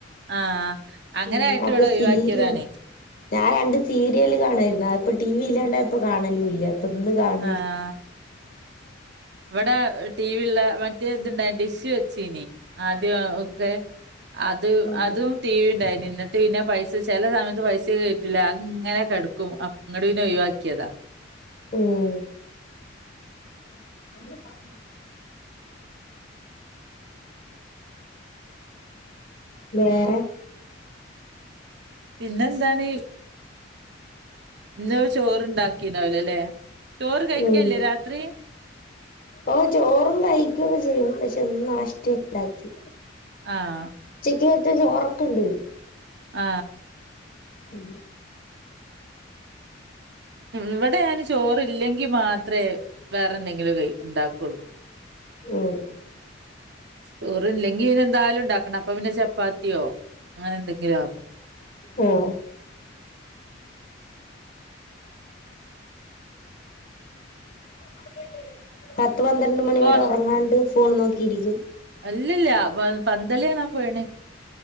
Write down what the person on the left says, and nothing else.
ഉ അപ്പൊ
സീരിയല് ഞാൻ രണ്ട് സീരിയല് കാണായിരുന്നു എന്ന ഇപ്പ ടി വി ഇല്ലാണ്ട ഇപ്പൊ കാണല ഇല്ല അപ്പൊ ഇന്ന് കാണ
ഉം
ഉം അ വേറെ
ഉം
ഓ ചോറും കഴിക്കുവൊക്കെ ചെയ്യും പക്ഷെ ഒന്ന് നാഷ്ട ഉണ്ടാക്കി
ത്തെ ചോറൊക്കെ ഉണ്ട്
ഉം
ഉം
ഉം പ പത്ത് പന്ത്രണ്ട് മണി
വരെ ഉറങ്ങാണ്ട് ഫോൺ നോക്കിയിരിക്കും